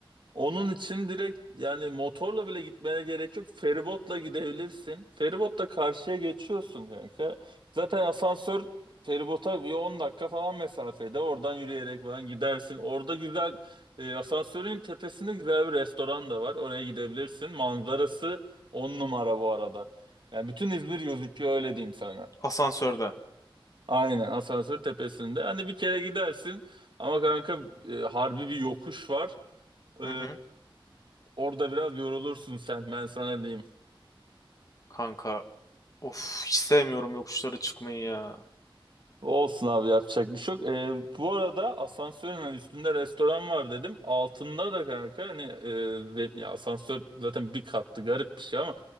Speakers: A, on the right (about 60°); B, on the left (about 40°).
A: Onun için direkt yani motorla bile gitmene gerek yok. Feribotla gidebilirsin. Feribotla karşıya geçiyorsun kanka. Zaten asansör feribota bir 10 dakika falan mesafede. Oradan yürüyerek falan gidersin. Orada güzel e, asansörün tepesinde güzel bir restoran da var. Oraya gidebilirsin. Manzarası 10 numara bu arada. Yani bütün İzmir gözüküyor öyle diyeyim sana.
B: Asansörde.
A: Aynen asansör tepesinde. Hani bir kere gidersin ama kanka e, harbi bir yokuş var. E,
B: Hı hı.
A: Orada biraz yorulursun sen ben sana diyeyim.
B: Kanka Of hiç sevmiyorum yokuşlara çıkmayı ya.
A: Olsun abi yapacak bir şey yok. Ee, bu arada asansörün hani üstünde restoran var dedim. Altında da kanka hani e, ve- ya asansör zaten bir kattı garip bir şey ama